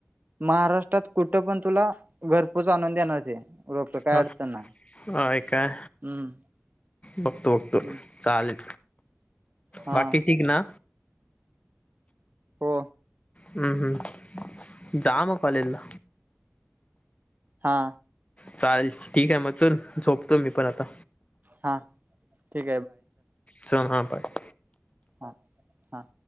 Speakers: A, on the right (about 40°); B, on the left (about 25°).
A: महाराष्ट्रात कुठं पण तुला घरपोच आणून देणार ते. रोपं काय
B: ह
A: अडचण नाय.
B: होय काय?
A: हम्म
B: बघतो बघतो,
A: हम्म
B: चालेल.
A: हा
B: बाकी ठीक ना?
A: हो.
B: हम्म हम्म, जा म कॉलेजला.
A: हा.
B: चालेल, ठीक आहे मग चल, झोपतो मी पण आता.
A: हा ठिक
B: चल हा बाय.
A: हा, हा